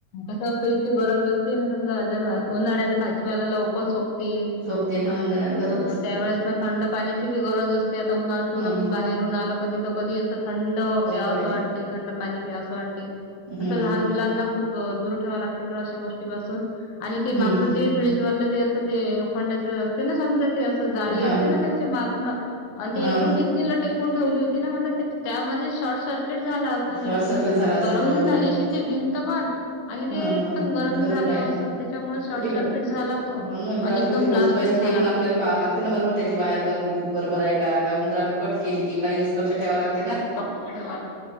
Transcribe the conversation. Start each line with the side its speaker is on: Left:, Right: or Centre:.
Left: कसं फ्रीजची गरज असते ना. समजा, उन्हाळ्याच्या भाजीपाला लवकर सोक ते.
Right: सोकते हा
Left: अ
Right: उन्हाळ्यात गरज असते
Left: त्यावेेळेस ना थंड पाण्याची बी गरज असते. आता उन्हातून
Right: हम्म
Left: आपण
Right: हम्म
Left: बाहेर, हून आलो कधी त कधी असं थंड
Right: बरोबर
Left: प्याव असं
Right: आहे ना
Left: वाटते. थंड पाणी प्याव असं वाटते.
Right: हम्म
Left: असं लहान मुलांना खूप दूर ठेवाव लागते अशा गोष्टीपासून आणि ते
Right: हम्म
Left: मागच जे फ्रीज मधलं ते असं ते लोखंडाच असते ना. समजा ते जाडी
Right: हा
Left: असते
Right: हा
Left: ना त्याच्या मागन
Right: हा
Left: ते एकदम
Right: हा
Left: तिला टेकून ठेवली होती ना. त्यामध्ये शॉर्ट सर किट झाला अस.
Right: श्वास
Left: एकदम
Right: सारखं झाला
Left: गरम
Right: असेल बरोबर
Left: झाली
Right: आहे
Left: ते भिंत पण आणि
Right: हा
Left: ते
Right: हा
Left: पण गरम
Right: बरोबर
Left: झालं
Right: आहे
Left: असं.
Right: ना
Left: त्याच्यामुळे शॉर्ट
Right: तरी
Left: सर्किट
Right: पण
Left: झाला तो
Right: हो ना, मग घरात
Left: आणि एकदम
Right: कोणती
Left: ब्लास्टच
Right: वस्तू आहे तर
Left: झाला
Right: ते पण
Left: म्ह
Right: आपल्याला पाहावं लागते ना. बरोबर, त्याची वायर बघ बरोबर आहे काय उंदरां न
Left: हा
Right: कट केली
Left: हा
Right: की काही असं लक्ष ठेवाय लागत
Left: लक्ष ठेवा ला